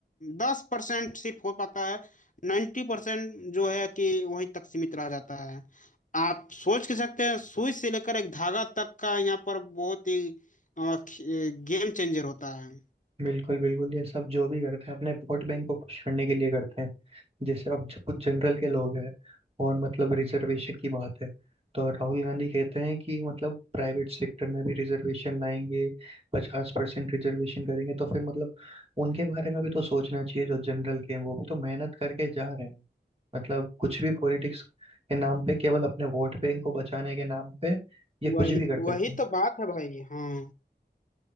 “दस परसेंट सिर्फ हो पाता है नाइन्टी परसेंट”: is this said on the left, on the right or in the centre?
Left